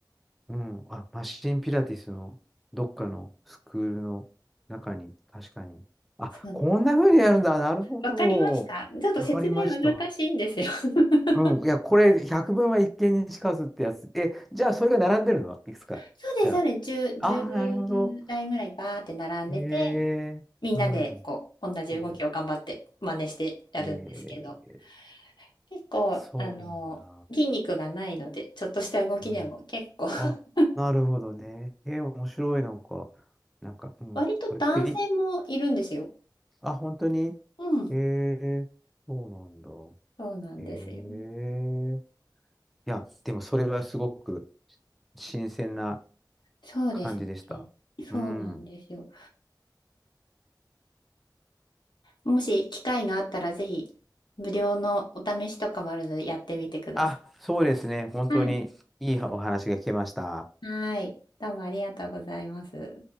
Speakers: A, in the centre; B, on the left.
A: うん。あ、マシンピラティスのどっかのスクールの中に、確かに。あ、
B: そう、
A: こんな風にやるんだ。なるほど。
B: わかりました。ちょっと説明難しいんですよ。
A: わかりました。
B: <laughs>
A: うん。いや、これ、百聞は一見にしかずってやつ。え、じゃあ、それが並んでるのいくつか。
B: そうです、
A: じゃ
B: そうです。10、じゅ
A: あ。ああ、なるほど。
B: う台ぐらいバーって並んでて、
A: へえうん。
B: みんなでこう、同じ動きを頑張って真似してやるんですけど、
A: そう。えー、
B: 結構、
A: そうだ。
B: あの、筋肉がないので、ちょっとした動きでも結構、
A: うん
B: <laughs>
A: あ、なるほどね。えー面白い、なんか、なんか、うん、
B: 割と男性もいるんですよ。
A: これ栗、あ、本当に
B: うん。
A: えー、そうなんだ。
B: そうなんですよ。
A: えー、いや、でもそれはすごく新鮮な
B: そうですね。
A: 感じでした。
B: そうなんですよ。
A: うん。
B: もし機会があったらぜひ無料のお試しとかもあるのでやってみてください。
A: あ、そうですね。本当にいいお話が聞けました。
B: はい。はい。どうもありがとうございます。